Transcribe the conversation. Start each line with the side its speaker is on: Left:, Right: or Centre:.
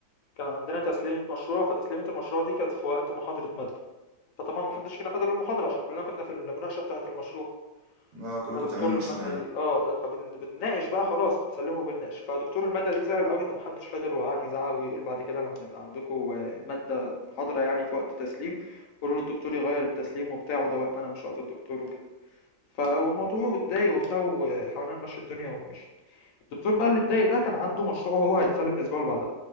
Left: كان عندنا تسليمة مشروع فتسليمة المشروع دي كانت في وقت محاضرة مادة فطبعا محدش فينا حضر المحاضرة عشان كلنا كنا في المناقشة بتاعة المشروع
Right: اه كلكم
Left: فدكتور
Right: بتعملوا
Left: المادة
Right: مشروع يعني
Left: دي اه خ- بن- بنناقش بقى خلاص بنسلمه وبنناقش فدكتور المادة دي زعل قوي ان محدش حضر وقعد يزعق ويقول بعد كده لما يبقى عندكم آه، مادة محاضرة يعني في وقت تسليم قولوا للدكتور يغير التسليم وبتاع وده وقت انا مش وقت الدكتور وكده فالموضوع اتضايق وبتاع وحاولنا نمشي الدنيا ومشي الدكتور بقى اللي اتضايق ده كان عنده مشروع هو هيتسلم الاسبوع اللي بعدها